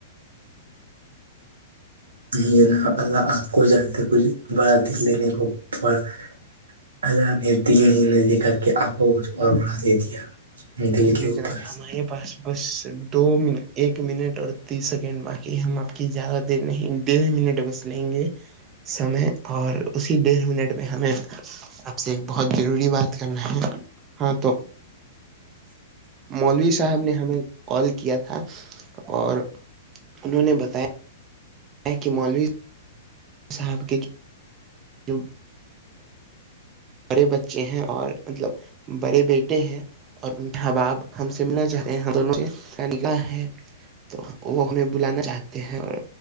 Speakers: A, on the right; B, on the right.
A: یہ ن <unintelligible> اللہ آپ کو جگتے کچھ بڑا دل لینے کو پر <inaudible> آز نے تین منے دے کر کے آگ کو اور بڑا دے دیا دل کے
B: جی
A: اوپر
B: جناب ہمارے پاس بس دو منٹ ایک منٹ اور تیس سیکنڈ باقی ہم آپ کی زیادہ دیر نہیں ڈیڑھ منٹ بس لیں گے سمے اور اسی ڈیڑھ منٹ میں ہمیں آپ سے ایک بہت ضروری بات کرنا ہے ہاں تو مولوی صاحب نے ہمیں کال کیا تھا اور انہوں نے بتایا یہ کہ مولوی صاحب کے ج <unintelligible> بڑے بچے ہیں اور مطلب بڑے بیٹے ہیں اور انٹباب ہم سے ملنا چاہتے ہیں یہ دونوں سے نکح ہے <inaudible> تو وہ ہمیں بلانا چاہتے ہیں اور